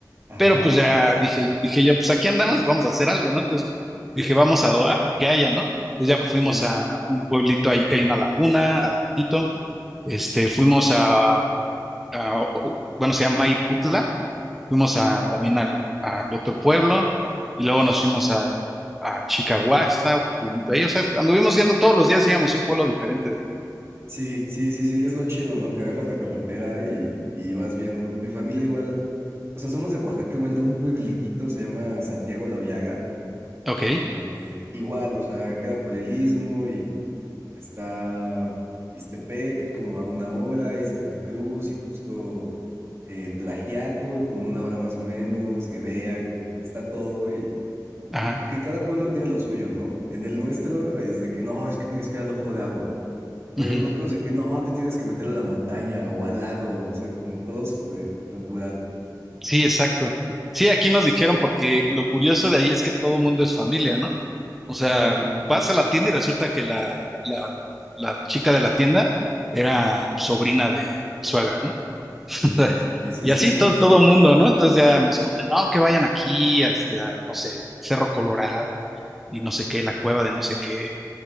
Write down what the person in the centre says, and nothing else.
Pero pues ya dije, dije yo, pues aquí andamos, vamos a hacer algo, ¿no? Entonces dije, vamos a, a lo que haya, ¿no? Entonces ya fuimos
a un pueblito ahí que hay una laguna, adelantito. Este, fuimos a, a- bueno, se llama Iputla. Fuimos a,
también
al, al otro pueblo y luego nos fuimos al, a Chicahuaxtla, otro pueblito ahí. O sea, anduvimos yendo todos los días, íbamos a un pueblo diferente de ahí.
Ok,
ajá.
ujú.
Sí, exacto. Sí, aquí nos dijeron porque lo curioso de ahí es que todo mundo es familia, ¿no? O sea,
vas a la tienda y resulta que la, la, la chica de la tienda era sobrina de mi suegra, ¿no? <laughs>
Y
así
todo, todo mundo, ¿no? Entonces ya nos conté, no, que vayan aquí, a este, a, no sé, el Cerro Colorado y no sé qué, la cueva de no sé qué.